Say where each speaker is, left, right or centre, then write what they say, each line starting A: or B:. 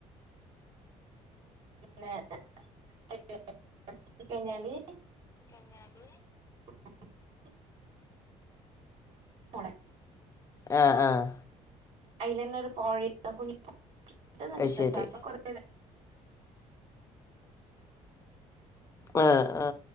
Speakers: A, on the right; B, on the left.
A: പിന്നെ <unintelligible> വർക്ക് കഴിഞ്ഞാല്.
B: ഞ്ഞാല്.
A: <inaudible> മോളേ
B: ആഹ് ആഹ്
A: അയ്ലെന്നൊരു പോഴി അ കുഞ്ഞ് പ. <unintelligible>
B: അത് ശരി ആഹ് ആ